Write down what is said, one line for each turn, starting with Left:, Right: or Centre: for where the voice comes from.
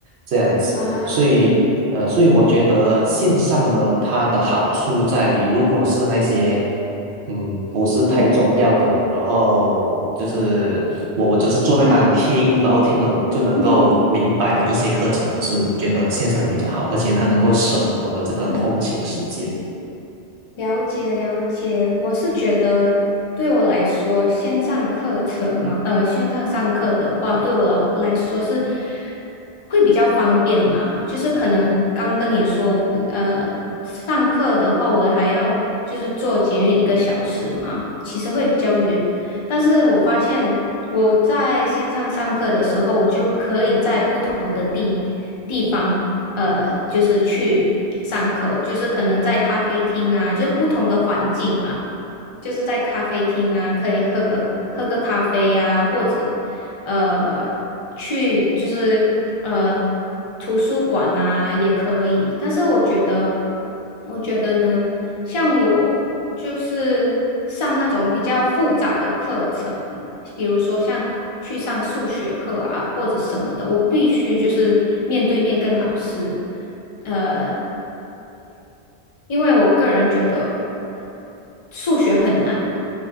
Right: 这样子。
Left: 啊
Right: 所以，呃，所以我觉得线上呢，它的好处在于，如果是那些嗯，不是太重要的，
Left: 嗯
Right: 然后就是我我只是坐在那里听，
Left: 嗯
Right: 然后听了我就能够明白的一些课程，
Left: 嗯。
Right: 我是觉得线上比较好，而且它能够省我的这个通勤的时间。
Left: 嗯了解了解，我是觉得对我来说，线上课程嘛，呃，线上上课的话，对我来来说是会比较方便啦。就是可能刚跟你说，呃，上课的话，我还要就是坐捷运一个小时嘛，其实会比较远。但是我发现我在线上上课的时候，我就可以在不同的地地方。呃，就是去上课，就是可能在咖啡厅啊，就是不同的环境啊，就是在咖啡厅啊，可以喝个喝个咖啡啊，或者呃去就是呃图书馆啊也可以。但是我觉得，我觉得呢，像我就是上那种比较复杂的课程。比如说像去上数学课啊或者什么的，我必须就是面对面跟老师，呃，因为我个人觉得数学很难，